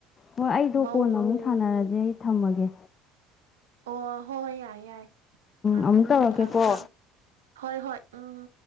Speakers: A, on the left; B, on the right.
A: ꯍꯣꯏ ꯑꯩꯗꯣ
B: ꯃꯧ
A: ꯀꯣꯟꯅ ꯑꯃꯨꯛ ꯁꯥꯟꯅꯔꯁꯦ ꯑꯩ ꯊꯝꯃꯒꯦ
B: ꯑꯣ ꯍꯣꯏ ꯍꯣꯏ ꯌꯥꯏ ꯌꯥꯏ ꯎꯝ
A: ꯑꯃꯨꯛ ꯇꯧꯔꯛꯀꯦꯀꯣ
B: ꯊꯝꯃꯦ ꯊꯝꯃꯦ ꯍꯣꯏ ꯍꯣꯏ ꯎꯝ